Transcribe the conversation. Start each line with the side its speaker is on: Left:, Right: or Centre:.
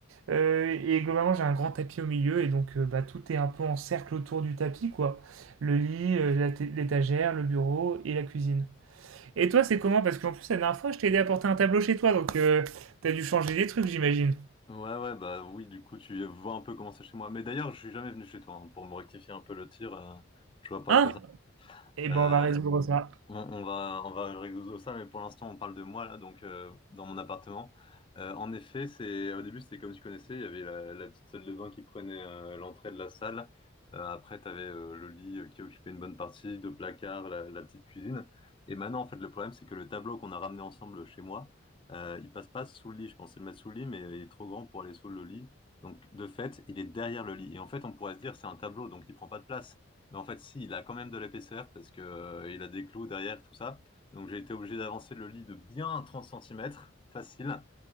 Right: Euh, et globalement, j'ai un grand tapis au milieu, et donc, euh, bah, tout est un peu en cercle autour du tapis, quoi. Le lit, euh, la t- l'étagère, le bureau et la cuisine. Et toi, c'est comment? Parce qu'en plus, la dernière fois, je t'ai aidé à porter un tableau chez toi, donc euh, t'as dû changer des trucs, j'imagine.
Left: Ouais, ouais, bah oui, du coup, tu vois un peu comment c'est chez moi. Mais d'ailleurs, je suis jamais venu chez toi, hein, pour me rectifier un peu le tir, euh, je vois pas
Right: Hein?
Left: à quoi ça.
Right: Eh
Left: euh,
Right: ben, on va résoudre ça.
Left: On, on va, on va résoudre ça, mais pour l'instant, on parle de moi, là, donc euh, dans mon appartement. Euh, en effet, c'est au début, c'était comme tu connaissais, il y avait la, la petite salle de bain qui prenait euh, l'entrée de la salle. Euh, après, tu avais le lit euh, qui occupait une bonne partie, deux placards, la, la petite cuisine. Et maintenant, en fait, le problème, c'est que le tableau qu'on a ramené ensemble chez moi, euh, il passe pas sous le lit. Je pensais le mettre sous le lit, mais il est trop grand pour aller sous le lit. Donc, de fait, il est derrière le lit. Et en fait, on pourrait se dire, c'est un tableau, donc il prend pas de place. Mais en fait, si, il a quand même de l'épaisseur parce que euh, il a des clous derrière, tout ça. Donc j'ai été obligé d'avancer le lit de bien 30 centimètres, facile.